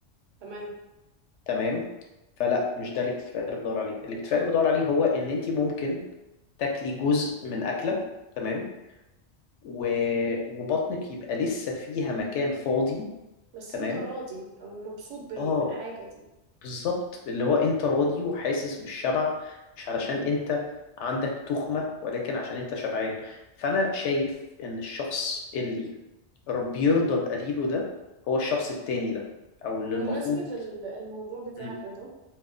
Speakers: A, on the right; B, on the left.
A: تمام
B: تمام فلا مش ده الاكتفاء اللي بدور عليه الاكتفاء اللي بدور عليه هو ان انت ممكن تاكلي جزء من اكله تمام و... وبطنك يبقى لسه فيها مكان فاضي
A: بس
B: تمام
A: أنت راضي أو مبسوط بال...
B: اه
A: بالحاجة دي
B: بالظبط اللي هو انت راضي وحاسس بالشبع مش علشان انت عندك تخمة ولكن عشان انت شبعان فانا شايف ان الشخص اللي رب يرضى بقليله ده هو الشخص التاني ده او اللي
A: بمناسبة
B: المفروض
A: ال- الموضوع بتاع
B: مم.
A: الرضا